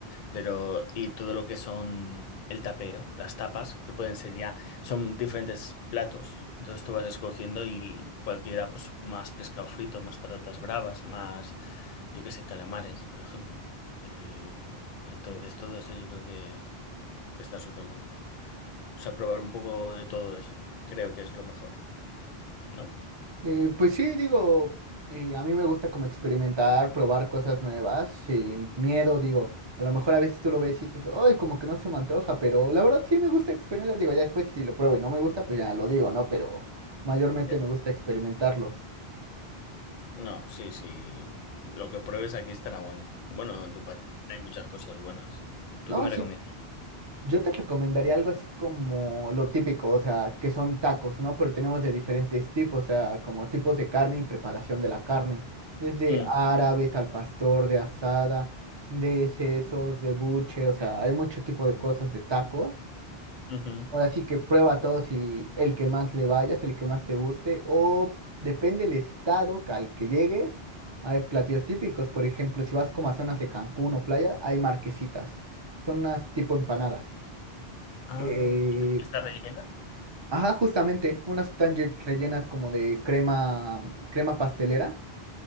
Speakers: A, on the left (about 60°); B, on the right (about 35°).
A: Pero, y todo lo que son el tapeo, las tapas, que pueden ser ya, son diferentes platos. Entonces tú vas escogiendo y cualquiera, pues más pescado frito, más patatas bravas, más, yo qué sé, calamares, por ejemplo. Eh, o- entonces todo eso yo creo que, que está súper bueno. O sea, probar un poco de todo eso, creo que es lo mejor, ¿no?
B: Eh, pues sí, digo, eh, a mí me gusta como experimentar, probar cosas nuevas, sin miedo, digo, a lo mejor a veces tú lo ves y dices, ay, como que no se me antoja, pero la verdad sí me gusta experimentar, digo, ya después si lo pruebo y no me gusta, pues ya lo digo, ¿no? Pero mayormente
A: Ya.
B: me gusta experimentarlos,
A: No, sí, sí, lo que pruebes aquí estará bueno. Bueno, en tu país hay muchas cosas buenas. ¿Tú
B: ¿no?
A: qué me
B: Sí,
A: recomiendas?
B: Yo te recomendaría algo así como lo típico, o sea, que son tacos, ¿no? Pero tenemos de diferentes tipos, o sea, como tipos de carne y preparación de la carne, desde
A: Mm,
B: árabes al pastor, de asada, de sesos, de buche, o sea, hay mucho tipo de cosas de tacos.
A: ujú.
B: Ahora sí que prueba todos y el que más le vayas, el que más te guste, o depende del estado que- al que llegues, hay platillos típicos, por ejemplo, si vas como a zonas de Cancún o playa, hay marquesitas, son unas tipo empanadas.
A: Ah,
B: Eh,
A: ¿está rellena?
B: ajá, justamente, unas están ye- rellenas como de crema, crema pastelera.